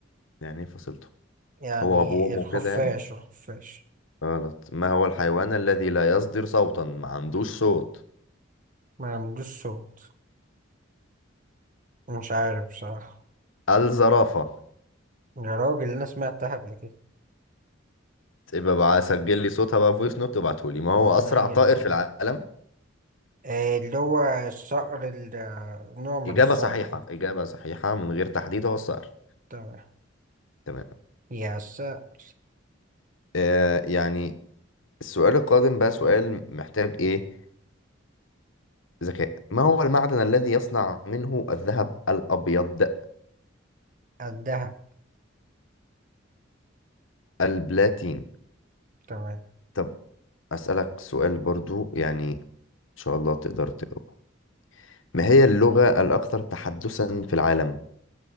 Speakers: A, on the left (about 80°); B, on the right (about 45°).
A: يعني إيه فصلته؟
B: يعني
A: هو أبوه وأمه
B: الخفاش
A: كده يعني؟
B: الخفاش
A: غلط ما هو الحيوان الذي لا يصدر صوتا ما عندوش صوت؟
B: ما عندوش صوت مش عارف بصراحة
A: الزرافة
B: يا راجل أنا سمعتها قبل كده
A: يبقى بقى سجل لي صوتها بقى فويس نوت وابعته لي ما هو
B: يعني
A: أسرع
B: هي
A: طائر
B: الاتنين
A: في العالم؟
B: آه، اللي هو الصقر ال- آه، نوع من
A: إجابة
B: الصقر
A: صحيحة
B: كده
A: إجابة صحيحة من غير تحديد هو الصقر
B: تمام
A: تمام
B: يا الصقر
A: آه يعني السؤال القادم بقى سؤال محتاج إيه ذكاء ما هو المعدن الذي يصنع منه الذهب الأبيض
B: الدهب
A: البلاتين
B: تمام
A: طب أسألك سؤال برضو يعني إن شاء الله تقدر تجاوبه ما هي اللغة الأكثر تحدثا في العالم